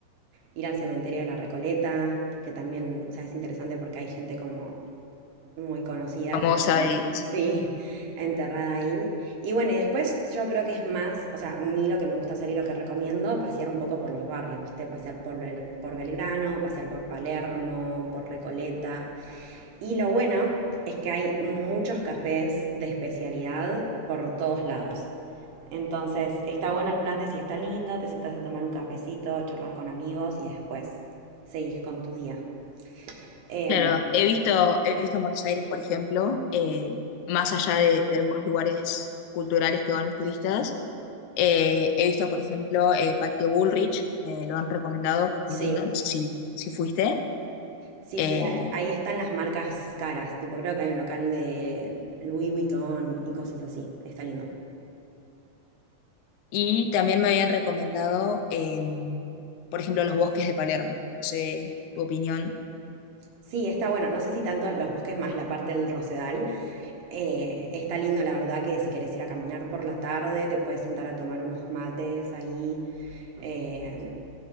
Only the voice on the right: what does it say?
ir al cementerio de la Recoleta, que también, o sea, es interesante porque hay gente como muy conocida
que está,
sí, enterrada ahí. Y bueno, y después yo creo que es más, o sea, a mí lo que me gusta hacer y lo que recomiendo, pasear un poco por los barrios, ¿viste? Pasear por, Bel- por Belgrano, pasear por Palermo, por Recoleta, y lo bueno es que hay muchos cafés de especialidad por todos lados. Entonces, está bueno el plan de si está lindo, te sentás a tomar un cafecito, charlar con amigos y después seguís con tu día. Em,
sí,
sí,
sí, a- ahí están las marcas caras. Tipo, creo que hay un local de Louis Vuitton y cosas así. Está lindo.
Sí, está bueno. No sé si tanto los bosques más la parte del Rosedal. Eh, está lindo, la verdad, que si quieres ir a caminar por la tarde, te puedes sentar a tomar unos mates ahí. Eh,